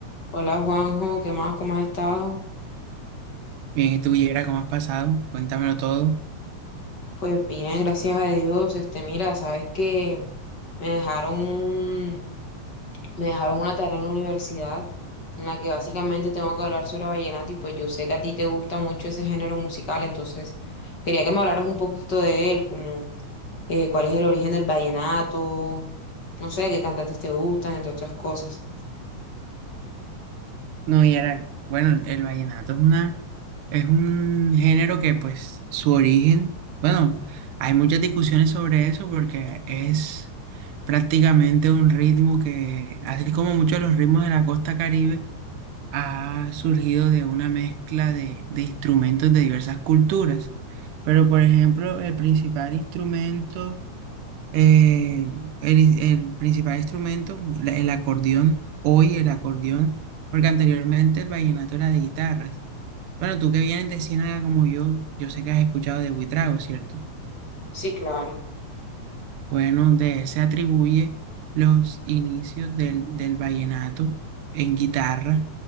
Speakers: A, on the left; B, on the right.
A: Hola Juanjo, ¿qué más? ¿Cómo has estado?
B: Bien, ¿y tú, Yera, cómo has pasado? Cuéntamelo todo.
A: Pues bien, gracias a Dios. Este, mira, sabes que me dejaron un- me dejaron una tarea en la universidad en la que básicamente tengo que hablar sobre vallenato y pues yo sé que a ti te gusta mucho ese género musical, entonces quería que me hablaras un poquito de él, como eh, cuál es el origen del vallenato, no sé, qué cantantes te gustan, entre otras cosas.
B: No, Yera, bueno, el, el vallenato es una, es un género que, pues, su origen, bueno, hay muchas discusiones sobre eso porque es prácticamente un ritmo que, así como muchos de los ritmos de la costa Caribe, ha surgido de una mezcla de, de instrumentos de diversas culturas. Pero, por ejemplo, el principal instrumento Eh, el, el principal instrumento, la- el acordeón, hoy el acordeón, porque anteriormente el vallenato era de guitarras. Bueno, tú que vienes de Ciénaga como yo, yo sé que has escuchado de buitrago ¿cierto?
A: Sí, claro.
B: Bueno, de él se atribuye los inicios del, del vallenato en guitarra.